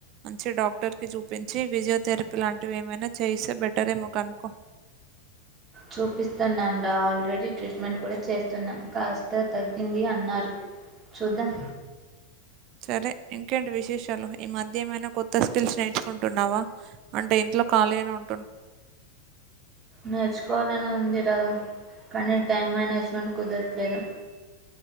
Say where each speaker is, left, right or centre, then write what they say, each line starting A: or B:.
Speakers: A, on the right; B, on the right.
A: మంచి డాక్టర్ కి చూపించి ఫిజియోథెరపీ లాంటివి ఏమైనా చేస్తే బెటరేమో కనుకో
B: చూపిస్తున్నాం రా ఆల్రెడీ ట్రీట్మెంట్ కూడా చేస్తున్నాం కాస్త తగ్గింది అన్నారు చూద్దాం
A: సరే ఇంకేంటి విశేషాలు ఈ మధ్య ఏమైనా కొత్త స్కిల్స్ నేర్చుకుంటున్నావా అంటే ఇంట్లో కలిగానే ఉం
B: నేర్చుకోవాలని ఉంది రా కానీ టైం మేనేజ్మెంట్ కుదరట్లేదు